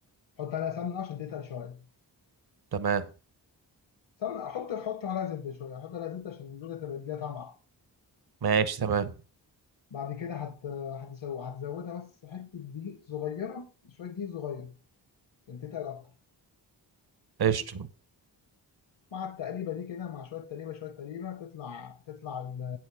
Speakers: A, on the left; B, on the right.
A: حط عليها سمنه عشان تتقل شويه
B: تمام
A: سمنه حط حط عليها زبده شويه حط عليها زبده عشان الزبده تبقى تديها طعم احلى
B: ماشي تمام
A: بعد كده هت هتزو- هتزودها بس حته دقيق صغيره شويه دقيق صغير عشان تتقل اكتر
B: قشطة
A: مع التقليبه دي كده مع شويه تقليبه شويه تقليبه تطلع تطلع ال...